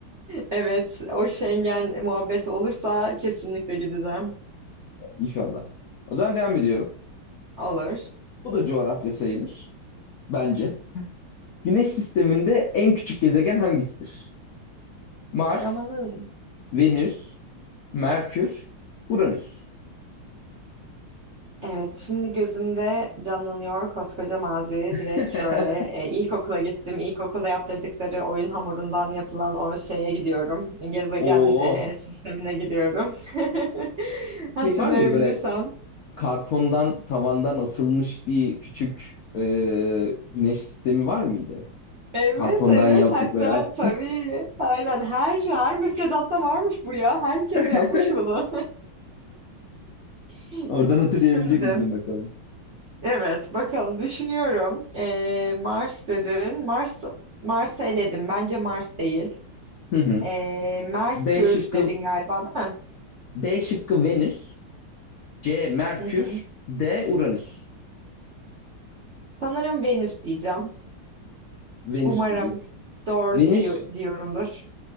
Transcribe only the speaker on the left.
İnşallah. O zaman devam ediyorum.
Bu da coğrafya sayılır. Bence. Güneş sisteminde en küçük gezegen hangisidir? Mars,
Venüs, Merkür, Uranüs.
<laughs>
Oo.
şey var mıydı böyle kartondan tavandan asılmış bir küçük e, güneş sistemi var mıydı?
Kartondan
yaptıkları.
<laughs>
Oradan hatırlayabilecek
misin bakalım?
Hı hı.
B şıkkı
B şıkkı Venüs, C Merkür,
D Uranüs.
Venüs
diyeceksin.
Venüs